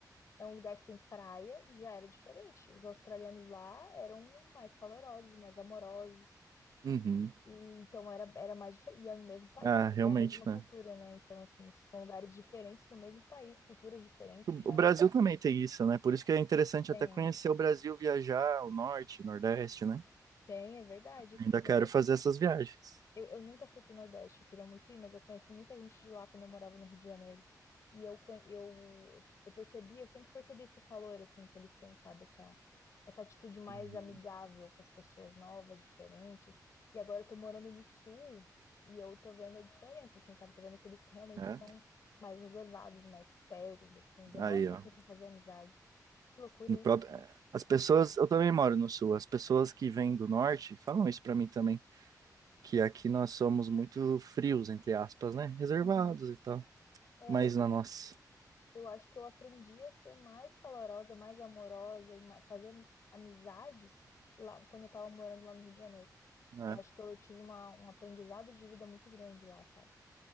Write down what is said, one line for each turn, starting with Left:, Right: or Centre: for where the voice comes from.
Left: É um lugar que tem praia e já era diferente. Os australianos lá eram mais calorosos, mais amorosos.
Right: Uhum.
Left: E, então era, era mais diferente. E é no mesmo país,
Right: Ah,
Left: você
Right: realmente,
Left: tem a mesma
Right: né?
Left: cultura, né? Então, assim, são lugares diferentes no mesmo país, culturas diferentes
Right: O
Left: já,
Right: o Brasil
Left: né?
Right: também tem isso, né? Por isso que é interessante
Left: Tem,
Right: até conhecer o Brasil, viajar, o norte, nordeste, né?
Left: tem, é verdade.
Right: Ainda quero
Left: Eu, eu,
Right: fazer essas viagens,
Left: Eu, eu nunca fui pro Nordeste, eu queria muito ir, mas eu conheci muita gente de lá quando eu morava no Rio de Janeiro. E eu, conhe- eu, eu percebi, eu sempre percebi esse calor, assim, que eles têm, sabe? Essa, essa atitude mais
Right: Uhum.
Left: amigável com as pessoas novas, diferentes. E agora eu tô morando no Sul e eu tô vendo a diferença, assim, sabe? Tô vendo que eles realmente
Right: né?
Left: são mais reservados, mais sérios, assim. Demora
Right: Aí,
Left: um pouquinho
Right: ó.
Left: pra fazer amizade. Que loucura
Right: No
Left: isso,
Right: próprio...
Left: né?
Right: As pessoas, eu também moro no sul, as pessoas que vêm do norte falam isso pra mim também, que aqui nós somos muito frios, entre aspas, né? Reservados
Left: Uhum.
Right: e tal.
Left: É,
Right: Mas na
Left: eu,
Right: nossa,
Left: eu acho que eu aprendi a ser mais calorosa, mais amorosa e mais, fazer amizades lá quando eu tava morando lá no Rio de Janeiro.
Right: né?
Left: Eu acho que eu, tive uma, um aprendizado de vida muito grande lá, sabe?